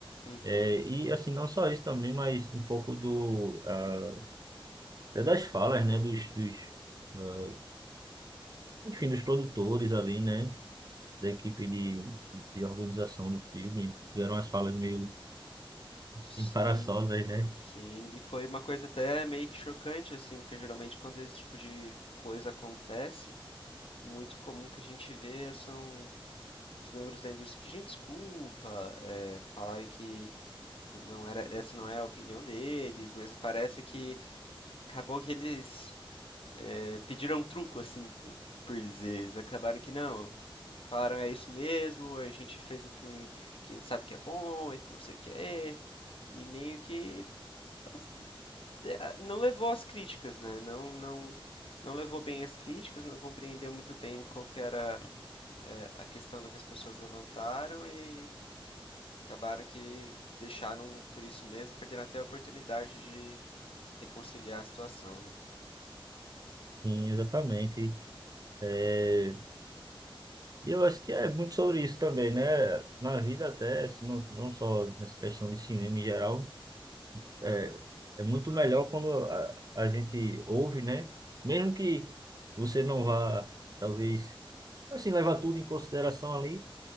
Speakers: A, on the left; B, on the right.
A: Uhum.
B: É, e, assim, não só isso também, mas um pouco do, ah, é das falas, né? Dos, dos, ah, enfim, dos produtores ali, né? Da equipe de, de organização do filme. Tiveram umas falas meio
A: Sim,
B: embaraçosas, né?
A: sim. E foi uma coisa até meio que chocante, assim, porque geralmente quando esse tipo de coisa acontece, muito comum que a gente vê é são os membros da indústria pedindo desculpa, eh, falarem que n- não era, essa não é a opinião deles, mas parece que acabou que eles eh, pediram um truco, assim, com- por dizer. Eles acabaram que não, falaram é isso mesmo, a gente fez um filme que a gente sabe que é bom, e não sei o que é, e meio que pass- eh, ah, não levou as críticas, né? Não, não, não levou bem as críticas, não compreendeu muito bem qual que era eh, a questão do que as pessoas levantaram e acabaram que deixaram por isso mesmo, perdendo até a oportunidade de reconciliar a situação, né?
B: Sim, exatamente. é E eu acho que é muito sobre isso também, né? Na vida até, se não, não só nessa questão de cinema em geral, é, é muito melhor quando a, a gente ouve, né? Mesmo que você não vá, talvez, assim, levar tudo em consideração ali,